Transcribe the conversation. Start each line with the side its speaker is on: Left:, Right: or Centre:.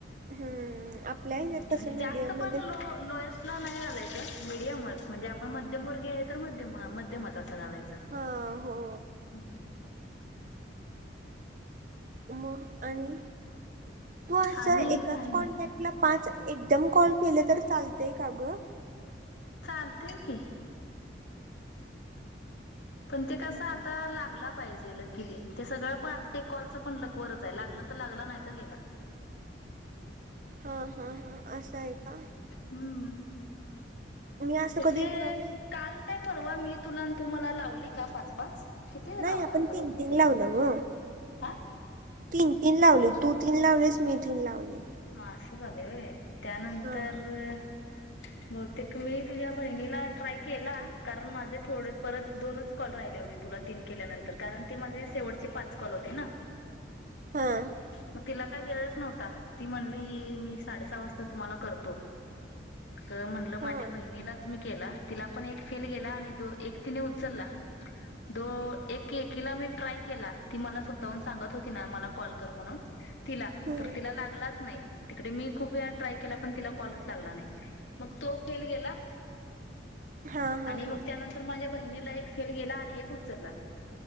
Right: हम्म -आपल्या आहेत
Left: म्हणजे
Right: कसं
Left: जास्त
Right: मीडियम
Left: पण
Right: मध्ये-
Left: लो लोएस्ट नाही घालायच. मीडयमच म्हणजे आपण मध्यमवर्गीय आहे तर म मध्यमच- घालायचं.
Right: हा हो
Left: हं.
Right: मग आणि? तू अस
Left: आणि
Right: एकाच
Left: काय नाही
Right: कॉन्टॅक्ट ला- पाच एकदम कॉल केले तर चालतय का ग?
Left: चालतय की. पण ते कस आता लागला- पाहिजे लकीली. ते सगळं पण आ ते कॉलच पण लक वरच आहे. लागला तर लागला नाही तर गेला.
Right: हा हा हा असं आहे का?
Left: हम्म
Right: मी असं
Left: तसे-
Right: कधी कुणाला
Left: काल काय- परवा मी- तुला तू मला लावले का पाच पाच? किती
Right: नाही
Left: लावले आपण
Right: तीन
Left: एकमेकिंना
Right: तीन लावलं ग
Left: हा?
Right: तीन तीन लावली तू तीन लावलेस. मी तीन लावले.
Left: हा असं झालय होय. त्यानंतर-
Right: हा
Left: बहुतेक मी तुझ्या बहिणीला ट्राय केला कारण माझे थोडे परत दोनच कॉल राहिले होते. तुला तीन केल्यानंतर कारण ते माझे शेवटचे पाच कॉल होते ना?
Right: हम.
Left: मग तिला काही वेळच नव्हता. ती म्हणली, मी साडेसहा वाजता तुम्हाला करतो. त म्हटलं
Right: हा
Left: माझ्या बहिणीलाच मी केला. तिला पण एक फेल गेला आणि दो एक तिने उचलला दो एककीला मी ट्राय केला ती मला स्वतःहून सांगत होती - ति मला कॉल कर म्हणून तिला,
Right: हम्म
Left: तर तिला लागला- नाही. तिकडे मी खूप वेळा ट्राय केला पण तिला कॉलच लागला नाही. मग तो फेल गेला-
Right: हा
Left: एक
Right: हा
Left: आणि मग
Right: हा
Left: त्यानंतर माझ्या- बहिणीला एक फेल गेला आणि एक उचलला.